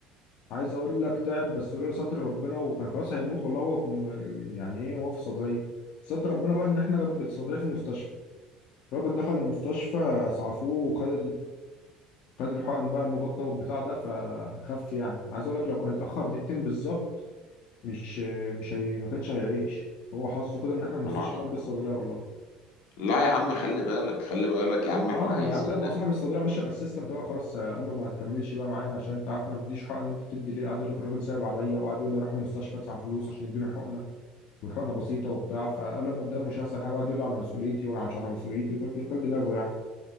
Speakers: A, on the left (about 60°); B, on the left (about 75°).
A: عايز اقول لك تعب بس لولا ستر ربنا وكان خلاص هيموت والله هو في م- يعني ايه هو في الصيدليه ستر ربنا بقى ان احنا جنب الصيدليه في المستشفى الراجل دخل المستشفى اسعفوه وخد خد الحقن بقى المضاد ده والبتاع ده فخف يعني عايز اقول لك لو كان اتاخر دقيقتين بالظبط مش مش هي ما كانش هيعيش هو حظه كده ان احنا المستشفى
B: الله
A: جنب
B: الله
A: الصيدليه والله
B: لا يا عم خلي بالك خلي بالك يا عم احنا
A: اه ما
B: عايزينك
A: يا عم لا ما صاحب الصيدليه مشى الاسيستنت بقى خلاص قال له ما تكملش بقى معانا عشان انت عارف أنا ما بديش حقن وانت بتدي ليه قعد يقول لك الراجل صعب عليا وقعد يقول لي اروح المستشفى ادفع فلوس عشان يدوني حقنه والحقنه بسيطه وبتاع فقال لما اداله مش هيحصل حاجه وقعد يقول له على مسؤوليتي ومش على مسؤوليتي وكل كل دماغه يعني